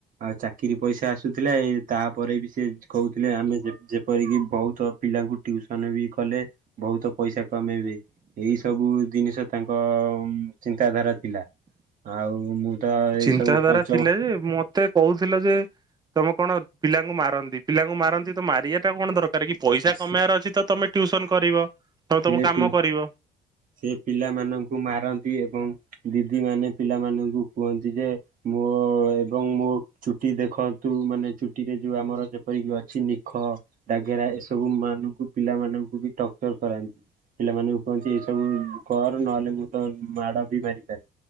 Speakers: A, on the right (about 55°); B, on the right (about 25°).
A: ଆଉ ଚାକିରି ପଇସା ଆସୁଥିଲା ଏଇ ତା ପରେ ବି ସେ କହୁଥିଲେ ଆମେ ଯେ ଯେପରିକି ବହୁତ ପିଲାଙ୍କୁ ଟିଉସନ ବି କଲେ। ବହୁତ ପଇସା କମେଇବେ। ଏଇ ସବୁ ଜିନିଷ ତାଙ୍କ ଉମ୍ ଚିନ୍ତାଧାରା ଥିଲା ଆଉ ମୁଁ ତ ଏଇ
B: ଚିନ୍ତାଧାରା
A: ସବୁ ପଞ୍ଚମ
B: ଥିଲା ଯେ ମତେ କହୁଥିଲ ଯେ ତମେ କଣ ପିଲାଙ୍କୁ ମାରନ୍ତି ପିଲାଙ୍କୁ ମାରନ୍ତି ତ ମାରିବା ଟା କଣ ଦର ରେ କି ପଇସା କମେଇଆର
A: ସେ
B: ଅଛି ତ ତମେ ଟ୍ୟୁସନ କରିବ। ତମେ
A: ସିଏ
B: ତମ କାମ
A: ପି
B: କରିବ
A: ସିଏ ପିଲାମାନଙ୍କୁ ମାରନ୍ତି ଏବଂ ଦିଦିମାନେ ପିଲାମାନଙ୍କୁ କୁହନ୍ତି ଯେ ମୋ ଏବଂ ମୋ ଚୁଟି ଦେଖନ୍ତୁ ମାନେ ଚୁଟିରେ ଯୋଉ ଆମର ଯେପରିକି ଅଛି ନିଖ। ଡ଼ାଗେରା ଏସବୁ ମାନଙ୍କୁ ପିଲାମାନଙ୍କୁ ବି ଟକ୍ଟର କରାନ୍ତି ପିଲାମାନଙ୍କୁ କହନ୍ତି ଏଇ ସବୁ କର ନହେଲେ ମୁଁ ତ ମାଡ଼ ବି ମାରିପାରେ।